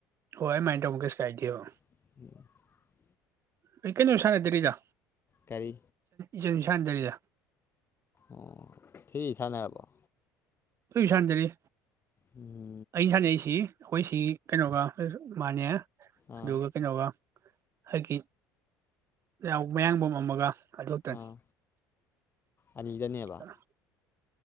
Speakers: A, on the right (about 40°); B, on the left (about 30°).
A: ꯍꫭꯏ ꯑꯗꯨꯃꯥꯏ ꯇꯧꯕ ꯀꯩꯁꯨ ꯀꯥꯏꯗꯦꯕ
B: <unintelligible>
A: ꯑꯩ ꯀꯩꯅꫭ <unintelligible> ꯁꯅꯗꯔ꯭ꯤꯗ
B: ꯀꯔꯤ
A: ꯖꯤꯝ ꯁꯥꯟꯅ ꯗ꯭ꯔꯤꯌꯦ
B: ꯑꫭ ꯖꯤꯝ ꯁꯥꯟꯅꯔꯥꯕꫭ
A: ꯐ꯭ꯔꯤ ꯁꯟꯅꯗ꯭ꯔꯤ
B: ꯎꯝ
A: ꯑꯩꯅ ꯁꯥꯟꯅꯩꯁꯤ ꯑꯩꯈꫭꯏ ꯁꯤ ꯀꯩꯅꫭꯒ ꯃꯥꯅꯦ
B: ꯑꯥ
A: ꯑꯗꯨꯒ ꯀꯩꯅꫭꯒ ꯍꯥꯏꯒꯤ <unintelligible> ꯃꯥꯌꯥꯡꯕꯝ ꯑꯃꯥꯒꯥ <unintelligible>
B: ꯑꯥ ꯑꯅꯤꯗꯅꯦꯕ